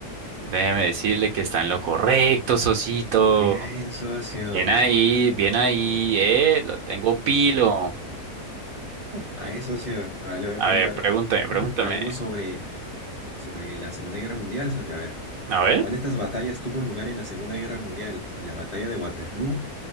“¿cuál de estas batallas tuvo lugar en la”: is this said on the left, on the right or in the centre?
Left